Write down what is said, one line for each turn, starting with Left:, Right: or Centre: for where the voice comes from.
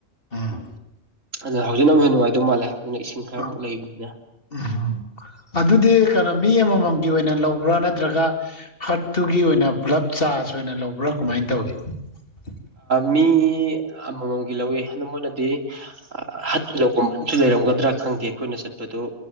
Left: ꯑꯥ
Right: ꯑꯗ ꯍꯧꯖꯤꯛꯅ ꯑꯃꯛ ꯍꯟꯅ ꯅꯨꯡꯉꯥꯏꯗꯧ ꯃꯥꯜꯂꯦ ꯑꯗꯨꯅ ꯏꯁꯤꯡ ꯈꯔꯃꯨꯛ
Left: ꯑ
Right: ꯂꯩꯕꯅꯤꯅ
Left: ꯎꯝꯝ ꯑꯗꯨꯗꯤ ꯀꯩꯅꯣ ꯃꯤ ꯑꯃꯃꯝ ꯒꯤ ꯑꯣꯏꯅ ꯂꯧꯕ꯭ꯔꯥ ꯅꯠꯇ꯭ꯔꯒ ꯍꯔꯠꯇꯨꯒꯤ ꯑꯣꯏꯅ ꯄꯨꯂꯞ ꯆꯥꯔꯖ ꯑꯣꯏꯅ ꯂꯧꯕ꯭ꯔꯥ ꯀꯃꯥꯏꯅ ꯇꯧꯏꯤ <unintelligible>
Right: ꯃꯤ ꯑꯃꯃꯝꯒꯤ ꯂꯧꯋ ꯑꯗꯨꯗ ꯃꯣꯏꯅꯗꯤ ꯑ ꯍꯟꯀꯤ ꯂꯧꯕ ꯃꯐꯝꯁꯨ ꯂꯩꯔꯝꯒꯗ꯭ꯔꯥ ꯈꯪꯗꯦ ꯑꯩꯈꯣꯏꯅ ꯆꯠꯄꯗꯨꯣ